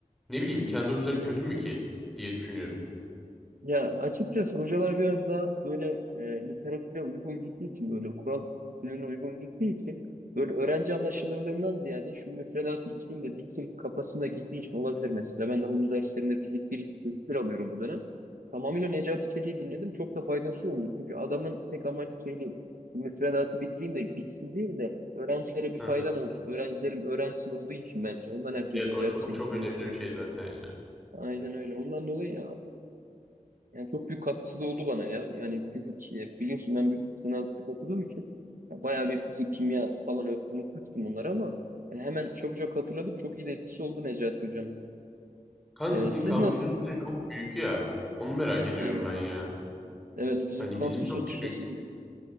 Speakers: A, in the centre; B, on the right.
A: ne bileyim kendi hocaların kötü mü ki diye düşünüyorum.
B: Ya açıkçası hocalar biraz daha böyle e, literatüre uygun gittiği için böyle Kur'an bütünlüğüne uygun gittiği için böyle öğrenci anlaşılırlığından ziyade şu müfredatı içeyim de bitsin kafasında gittiği için olabilir mesela. Ben de havuz derslerinde fizik bir, fizik bir alıyorum bu dönem. Tamamıyla Necati Çelik'i dinledim. Çok da faydası oldu. Çünkü adamın tek amacı şey değil. Müfredatı bitireyim de bitsin değil de öğrencilere bir
A: Hı
B: faydam
A: hı.
B: olsun. Öğrencilerim öğrensin olduğu için bence. Ondan herkes
A: Evet
B: Necati
A: o çok,
B: Çelik'ten
A: o çok önemli
B: dinliyor.
A: bir şey zaten ya.
B: Aynen öyle. Ondan dolayı yani çok büyük katkısı da oldu bana ya. Yani fizik e, biliyorsun ben bir sınav fizik okuduğum için ya bayağı bir fizik, kimya falan ö- unutmuştum bunları ama e, hemen çok çok hatırladım. Çok iyi de etkisi oldu Necati Hocam.
A: Kanka
B: E,
A: sizin
B: siz
A: kampüsünüz
B: nasıl?
A: bile çok büyük ya. Onu merak ediyorum
B: Aynen.
A: ben ya.
B: Evet bizim
A: Hani
B: kampüs
A: bizim çok
B: açıkçası
A: küçük.